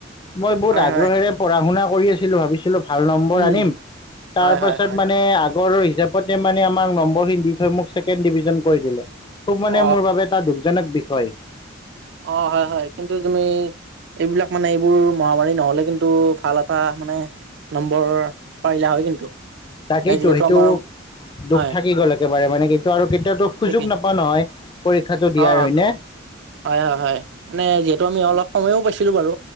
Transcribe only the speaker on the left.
মই বহুত
আগ্ৰহেৰে
পঢ়া শুনা কৰি আছিলোঁ ভাবিছিলোঁ ভাল নম্বৰ
আনিম তাৰ
পাছত
মানে আগৰ হিচাপ প্ৰত্যে মানে আমাক নম্বৰিং দি থৈ মোক ছেকেন ডিভিজন কৰি দিলে। খুব মানে
মোৰ বাবে এটা দুখজনক বিষয়।
তাকেইতো
সেইটো
দুখ থাকি গ'ল একেবাৰে মানে কিন্তু আৰু কেতিয়াওতো
সুযোগ নাপাওঁ নহয় পৰীক্ষাটো দিয়াৰ
হয় নে?